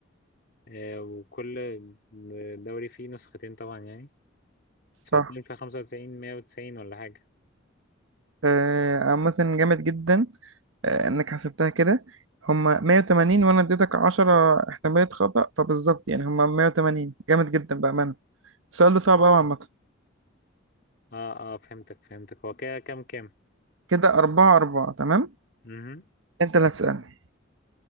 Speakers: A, on the left (about 55°); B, on the right (about 85°).
A: آه، وكل دوري فيه نسختين طبعا يعني فاتنين
B: صح
A: في خمسة وتسعين مية وتسعين ولا حاجة
B: آه، عامة جامد جدا آه، انك حسبتها كده هما 180 وانا اديتك 10 احتمالية خطأ فبالظبط يعني هما 180 جامد جدا بأمانة السؤال ده صعب
A: <laughs>
B: قوي عامة
A: اه اه فهمتك فهمتك هو كده كام كام
B: كده 4 4 تمام
A: مهم.
B: انت اللي هتسألني